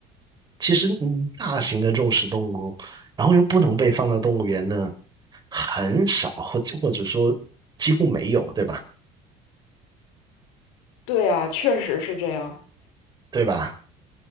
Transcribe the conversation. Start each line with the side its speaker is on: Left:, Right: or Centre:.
Right: 其实嗯，大型的肉食动物，然后又不能被放到动物园呢，很少，或或者说几乎没有，对吧？
Left: 对啊，确实是这样。
Right: 对吧？